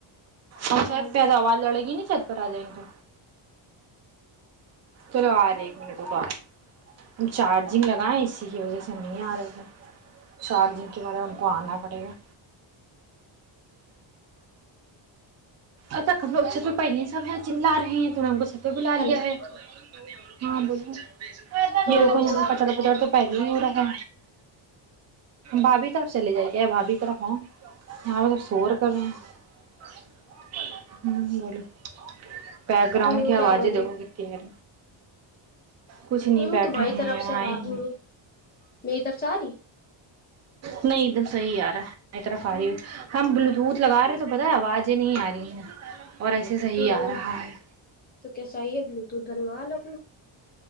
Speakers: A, on the right (about 35°); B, on the left (about 20°).
A: ہم
B: آواز
A: چھت پہ ہیں تو آواز لڑے گی نہیں چھت پر آ جائیں گے تو چلو آ رہے ایک منٹ اٹ ہم چارجنگ لگائیں اسی کی وجہ سے نہیں آ رہے تھے چارجنگ کے بارے ہم کو آنا پڑے گا اب تک لو چھت پہ پہلے ہی سب چ رہے ہیں تو انہوں کو چھت پہ بلا لیا
B: ہلو
A: ہے ہاں بولو
B: ہ
A: مے کو یہ
B: بولو
A: ک پہلے ہو رہا بھابھی طرف سےلے جائی گ بھابھی طرف ہ سور کرنا آ <unintelligible> ہ بولو بیک گراؤنڈ
B: ہ
A: کی
B: کیا
A: آوازیں
B: کر رہی
A: دو کیت ار کچھ نہیں
B: ہ
A: بیٹھے
B: تمہاری
A: ہیں
B: طرف سے
A: آئے
B: آ
A: ہیں
B: رہی ہے میری طرف سے آ رہی
A: نہیں ادھر حیح آ رہا ہے ماری طرف آ رہی ہوئی ہم بلو دھت لگا رہے تو پتا ہے آواز م ج نہیں آ رہی ہیں اور ایسے صحیح
B: ہوں
A: آ رہا ہے
B: تو کیسا ہی ہے بلوٹوتھ بنوا لو ٹھ